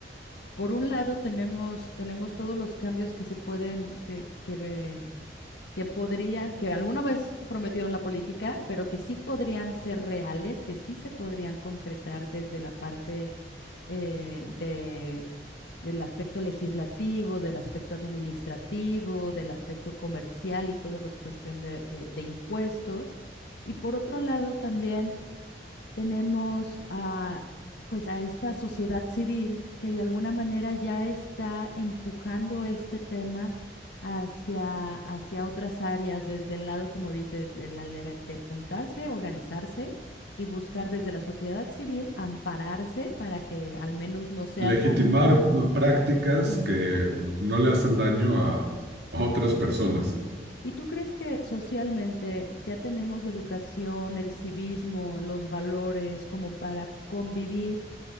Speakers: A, on the left (about 75°); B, on the right (about 70°).
A: por un lado tenemos, tenemos todos los cambios que se pueden, que, que, ve- que podrían, que alguna vez prometieron la política, pero que sí podrían ser reales, que sí se podrían concretar desde la parte eh, de, del aspecto legislativo, del aspecto administrativo, del aspecto comercial y todos los cuestión de, de de impuestos. Y por otro lado también tenemos a, pues a esta sociedad civil que de alguna manera ya está empujando este tema hacia, hacia otras áreas, desde el lado, como dices, de, la legal- de juntarse, organizarse y buscar desde la sociedad civil ampararse para que al menos no sea
B: legitimar
A: tan...
B: prácticas
A: Mm,
B: que
A: ok.
B: no le hacen daño a, a otras personas.
A: ¿Y tú crees que socialmente ya tenemos la educación, el civismo, los valores como para convivir?